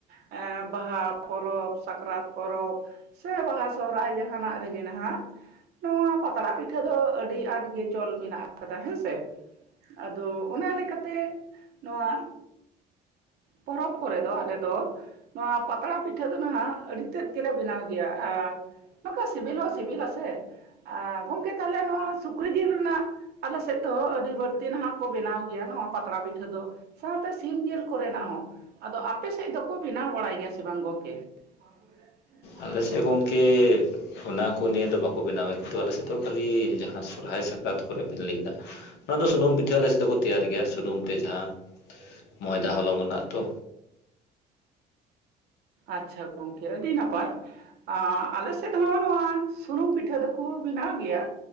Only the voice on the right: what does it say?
ᱮᱸ ᱵᱟᱦᱟ ᱯᱚᱨᱚᱵᱽ ᱥᱟᱠᱨᱟᱛ ᱯᱚᱨᱚᱵᱽ᱾ ᱥᱮ ᱵᱟᱦᱟ ᱥᱚᱦᱨᱟᱭ ᱡᱟᱦᱟᱱᱟᱜ ᱨᱮᱜᱮ ᱱᱟᱦᱟᱜ ᱱᱚᱣᱟ ᱯᱟᱛᱲᱟ ᱯᱤᱴ ᱴᱷᱟᱹ ᱫᱚ ᱟᱹᱰᱤ ᱟᱴ ᱜᱮ ᱪᱚᱞ ᱢᱮᱱᱟᱜ ᱟᱠᱟᱫᱟ ᱦᱮᱸᱥᱮ᱾ ᱟᱫᱚ ᱚᱱᱟ ᱞᱮᱠᱟᱛᱮ ᱱᱚᱣᱟ ᱯᱚᱨᱚᱯ ᱠᱚᱨᱮ ᱫᱚ ᱟᱞᱮ ᱫᱚ ᱱᱚᱣᱟ ᱯᱟᱛᱲᱟ ᱯᱤᱴᱷᱟᱹ ᱫᱚ ᱱᱟᱦᱟᱜ ᱟᱹᱰᱤ ᱛᱮᱫ ᱜᱮᱞᱮ ᱵᱮᱱᱟᱣ ᱜᱮᱭᱟ, ᱟᱨ ᱱᱚᱠᱟ ᱥᱤᱵᱤᱞᱚᱜ-ᱟ ᱥᱤᱵᱤᱞᱟᱥᱮ, ᱟᱨ ᱜᱚᱝᱠᱮ ᱛᱟᱦᱞᱮ ᱟᱨ ᱱᱚᱣᱟ ᱥᱩᱠᱨᱤ ᱡᱤᱞ ᱨᱮᱱᱟᱜ ᱟᱞᱮ ᱥᱮᱫ ᱫᱚ ᱟᱹᱰᱤ ᱵᱟᱹᱲᱛᱤ ᱱᱟᱦᱟᱜ ᱠᱚ ᱵᱮᱱᱟᱣ ᱜᱮᱭᱟ ᱱᱚᱣᱟ ᱯᱟᱛᱲᱟ ᱯᱤᱴᱷᱟᱹ ᱫᱚ᱾ ᱥᱟᱶᱛᱮ ᱥᱤᱢ ᱡᱤᱞ ᱠᱚᱨᱮᱱᱟᱜ ᱦᱚᱸ᱾ ᱟᱫᱚ ᱟᱯᱮ ᱥᱮᱫ ᱫᱚᱠᱚ ᱵᱮᱱᱟᱣ ᱵᱟᱲᱟᱭ ᱜᱮᱭᱟ ᱥᱮ ᱵᱟᱝ ᱜᱚᱝᱠᱮ? <unintelligible>
ᱟᱪᱪᱷᱟ ᱜᱚᱝᱠᱮ ᱟᱹᱰᱤ ᱱᱟᱯᱟᱭ᱾ ᱟᱸ ᱟᱞᱮ ᱥᱮᱫ ᱦᱚᱸ ᱱᱚᱣᱟ ᱥᱩᱱᱩᱢ ᱯᱤᱴᱷᱟᱹ ᱫᱚᱠᱚ ᱵᱮᱱᱟᱣ ᱜᱮᱭᱟ᱾